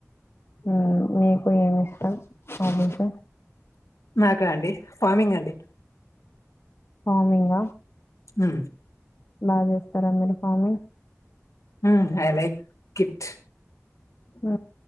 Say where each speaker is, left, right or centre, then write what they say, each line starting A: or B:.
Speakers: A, on the left; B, on the left.
A: ఉ మీకు ఏమి ఇష్టం హాబీస్
B: నాకా అండి ఫార్మింగ్ అండి
A: ఫార్మింగ
B: అ
A: బా చేస్తారా మీరు ఫార్మింగ్
B: ఉ ఐ లైక్ ఇట్
A: ఆ